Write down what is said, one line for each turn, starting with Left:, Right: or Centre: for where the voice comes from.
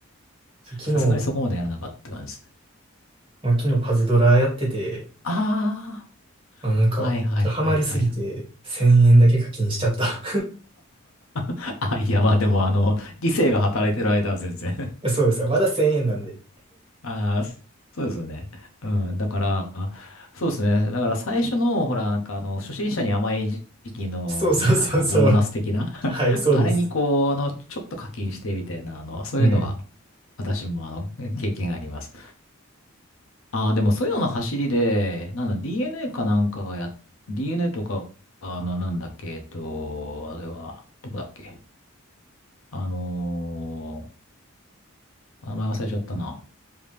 Right: そう昨日、
Left: さすがにそこまでやらなかったって感じですね。
Right: まあ、昨日パズドラやってて、
Left: あ
Right: まあ、なんか、
Left: あ、はいはいはいはい。
Right: ちょっとハマりすぎて、1000円だけ課金しちゃった。
Left: <laughs> あ、いや、まあでも、あの、理性が働いてる間は全然
Right: <laughs> えそうですよ。まだ1000円なんで。
Left: ああ、そそうですね。うん。だから、そうですね。だから最初の、ほら、なんかあの、初心者に甘い時期の、
Right: <laughs> そうそうそうそう。
Left: なんかこう、ボーナス的な
Right: はい、
Left: <laughs>
Right: そうです。
Left: あれにこう、あの、ちょっと課金してみたいな、あの、そういうのは、
Right: うん。
Left: 私もあの、経験があります。ああ、でもそういうのの走りで、なんだ、DNA かなんかがや、DNA とか、あの、なんだっけ、えっと、あれは、どこだっけ。あのー名前忘れちゃったな。